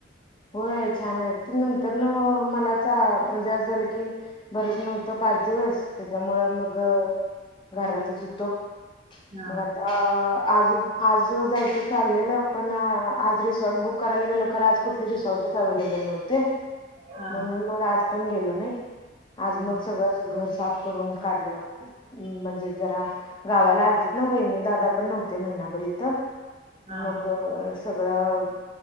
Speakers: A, on the left; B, on the right.
A: होय छान हाय, ते नंतर ना मला चं म्हणजे असं झालं की बरंच नव्हतं पाच दिवस! तेच्यामुळं मगं घरातच हुतो.
B: हा
A: मग आता आज, आज जायचं चाललेलं पण आज रिसॉर्ट बुक करायला गेलो खरं आज कुठलीच रिसॉर्टच अव्हेलेबल नव्हते
B: हा
A: म्हणून मग आज पण गेलो नाही. आज
B: हम्म
A: मग सगळचं घर साफ करून काढलं. हमं, म्हणजे जरा गावाला आलतीत ना वहिनी दादा पण नव्हते महिनाभर हिथं
B: हा
A: मग सगळं